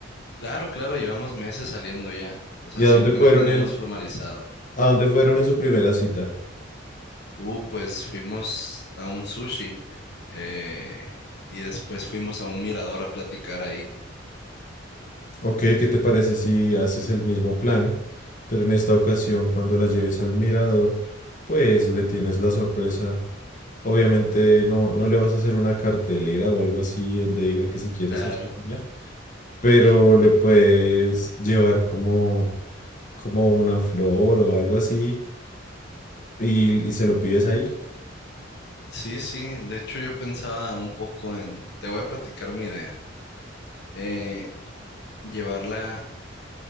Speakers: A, on the left; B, on the left.
A: Claro, claro, llevamos meses saliendo ya, o sea,
B: ¿Y a
A: simplemente
B: dónde Ok. fueron
A: no
B: en,
A: hemos formalizado.
B: a dónde fueron en su primera cita?
A: Uh, pues fuimos a un sushi eh, y después fuimos a un mirador a platicar ahí.
B: Ok, ¿qué te parece si haces el mismo plan, pero en esta ocasión cuando la lleves al mirador, pues le tienes la sorpresa. Obviamente no, no le vas a hacer una cartelera o algo así donde diga que si quiere
A: Claro.
B: ser su amiga, pero le puedes llevar como, como una flor o algo así y, y se lo pides ahí.
A: Sí, sí, de hecho yo pensaba un poco en, te voy a platicar mi idea, eh, llevarla,